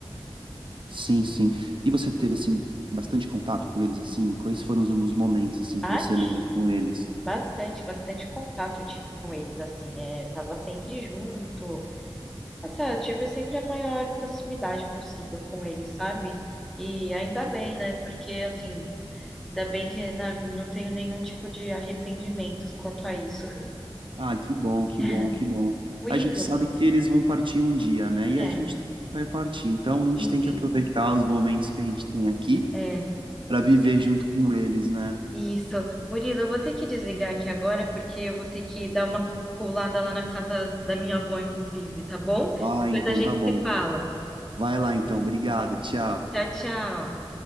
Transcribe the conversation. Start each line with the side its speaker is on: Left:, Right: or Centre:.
Right: Sim, sim. E você teve, assim, bastante contato com eles, assim? Quais foram os os momentos, assim,
Centre: Ah,
Right: que você
Centre: tive
Right: lembra com eles?
Centre: bastante, bastante contato eu tive com eles, assim, é, tava sempre junto. Nossa, eu tive sempre a maior proximidade possível com eles, sabe? E ainda bem, né? Porque, assim, ainda bem que na- não tenho nenhum tipo de arrependimentos quanto a isso.
Right: Ah, que bom, que
Centre: <laughs>
Right: bom, que bom.
Centre: O Murilo,
Right: A gente sabe que eles vão partir um dia, né? E
Centre: é,
Right: a gente vai partir. Então a gente
Centre: sim,
Right: tem
Centre: sim.
Right: que aproveitar os momentos que a gente tem aqui
Centre: É.
Right: para viver junto com eles, né?
Centre: Isso. Murilo, eu vou ter que desligar aqui agora, porque eu vou ter que dar uma pulada lá na casa da minha avó, inclusive, tá bom?
Right: Ah,
Centre: Depois
Right: então
Centre: a gente
Right: tá bom.
Centre: se fala.
Right: Vai lá então, obrigado, tchau.
Centre: Tchau, tchau.